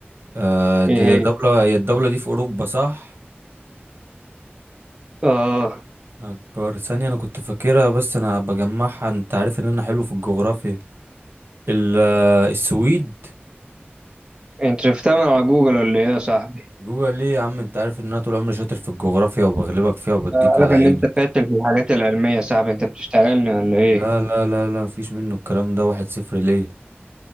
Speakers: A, on the right; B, on the right.
A: آه دي
B: ايه
A: دولة
B: هي
A: هي الدولة دي في أوروبا صح؟
B: اه
A: أكبر ثانية أنا كنت فاكرها بس أنا بجمعها أنت عارف إن أنا حلو في الجغرافيا ال- آه، السويد
B: انت شفتها من على جوجل ولا ايه يا صاحبي
A: جوجل ليه يا عم أنت عارف إن أنا طول عمري شاطر في الجغرافيا وبغلبك فيها وبديك
B: عارف
A: على عينك
B: ان انت فاشل في الحاجات العلمية يا صاحبي انت بتشتغلني ولا ايه
A: لا لا لا لا مفيش منه الكلام ده واحد صفر ليا